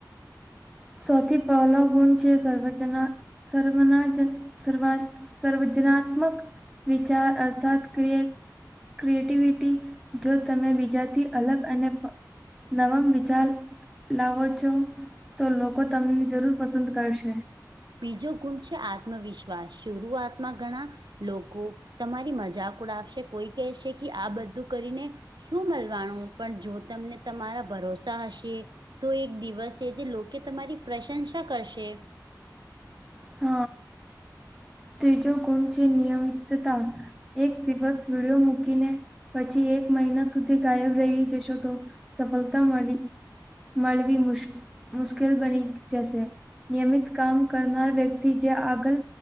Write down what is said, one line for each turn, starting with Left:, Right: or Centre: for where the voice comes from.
Centre: સૌથી પહેલો ગુણ છે, સર્વજના સર્વના જ સર્વા સર્વજનાત્મક વિચાર અર્થાત ક્ર ક્રિએટિવિટી જો તમે બીજાથી અલગ અને નવમ વિચાર લાવો છો. તો લોકો તમને જરૂર પસંદ કરશે
Right: બીજો ગુણ છે, આત્મવિશ્વાસ શરૂઆતમાં ઘણા લોકો તમારી મજાક ઉડાવશે કોઈ કહેશે કે આ બધું કરીને શું મલવાણુ પણ જો તમને તમારા ભરોસા હશે તો એક દિવસ જે લોકે તમારી પ્રશંસા કરશે
Centre: હ ત્રીજો ગૂણ છે, નિયમિતતા એક દિવસ વિડીયો મૂકીને પછી એક મહિના સુધી ગાયબ રહી જશો તો સફલતા મલી મળવી મુશ મુશ્કેલ બની જશે નિયમિત કામ કરનાર વ્ય તી જે આગલ